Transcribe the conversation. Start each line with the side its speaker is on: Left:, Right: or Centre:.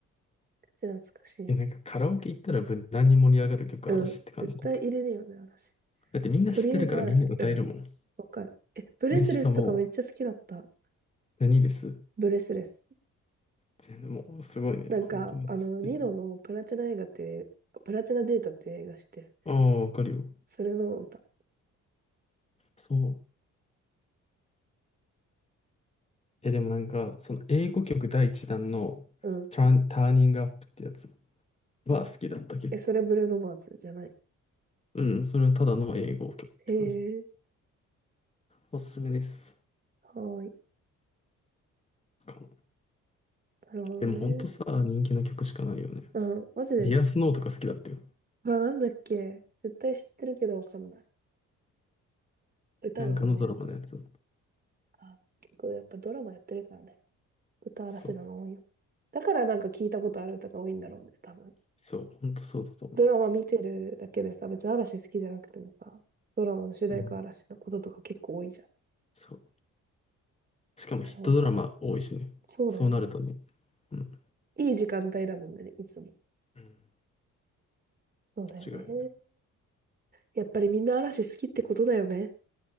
Right: めっ懐かしい。
Left: え、なんかカラオケ行ったら無難に盛り上がる曲嵐って感じだった。
Right: うん。絶対入れるよね、嵐。
Left: だってみんな知ってるからみんな歌えるもん。
Right: とりあえず嵐。うん。わかる。え、ブレスレスとかめっちゃ好きだった。
Left: で、しかも、何です
Right: ブレスレス。
Left: 全然もうすごいね。
Right: なんか、
Left: 本当めっちゃ知ってる。
Right: あの、ニノのプラチナ映画っていう、プラチナデータっていう映画してる。
Left: ああ、わかるよ。
Right: それの歌。
Left: そう。え、でもなんか、その英語曲第一弾のターン、
Right: うん。
Left: ターニングアップってやつは好きだった結構。
Right: え、それブルーノマーズじゃない。
Left: うん、それはただの英語曲って感じ。
Right: へえ、
Left: おすすめです。
Right: はーい。
Left: か
Right: なるほどね。
Left: でもほんとさ、人気な曲しかないよね。
Right: うん、マジで。
Left: ディアスノーとか好きだったよ。
Right: あ、なんだっけ。絶対知ってるけどわかんない。歌が思い出せない。
Left: なんかのドラマのやつだっ
Right: あ、結構やっぱドラマやってるからね。歌嵐なの多いよ。
Left: た。そう。
Right: だからなんか聞いたことある歌が多いんだろうね、多分。
Left: そう。ほんとそうだと思う。
Right: ドラマ見てるだけでさ、別に嵐好きじゃなくてもさ、ドラマの主題歌嵐のこととか結構多いじゃん。
Left: うん。そう。しかもヒットドラマ多いしね。
Right: なるほど。そうだよね。
Left: そうなるとね。うん。
Right: いい時間帯だもんね、いつも。
Left: うん。
Right: そうだよね。
Left: 違うなね。
Right: やっぱりみんな嵐好きってことだよね。